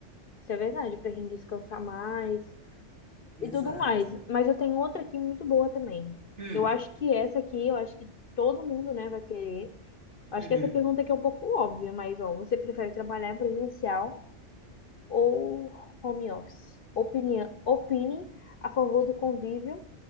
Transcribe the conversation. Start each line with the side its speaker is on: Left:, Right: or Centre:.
Left: Isso é verdade, pra gente descansar mais
Right: Exato.
Left: e tudo mais. Mas eu tenho outra aqui muito boa também.
Right: Hum,
Left: Eu acho que essa aqui, eu acho que todo mundo, né, vai querer. Eu
Right: uhum.
Left: Acho que essa pergunta aqui é um pouco óbvia, mas, ó, você prefere trabalhar em presencial ou home office? Opinião, opine a favor do convívio